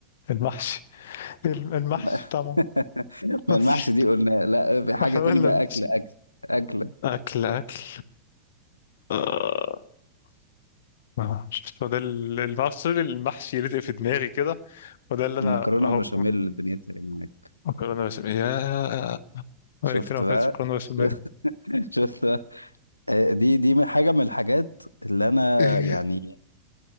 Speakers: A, on the left (about 55°); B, on the left (about 80°).
A: المحشي الم- المحشي
B: ما
A: بتاع ماما
B: <laughs>
A: <laughs>
B: ما المحشي دي قلنا لا في حاجة
A: احنا
B: تاني
A: قلنا
B: بقى
A: المحشي
B: أكل أكل أكل
A: أكل أكل آه، آه، شفت، هو ده ال- المحشي المحشي يلزق في دماغي كده وده اللي
B: المكرونة
A: أنا أهو
B: بشاميل دنيتي إيه معاك
A: مكرونة بشاميل يا بقالي
B: شفت
A: كتير ما
B: بقى
A: أكلتش مكرونة بشاميل
B: <laughs> شفت بقى آه، دي دي من- حاجة من الحاجات اللي أنا
A: <laughs>
B: يعني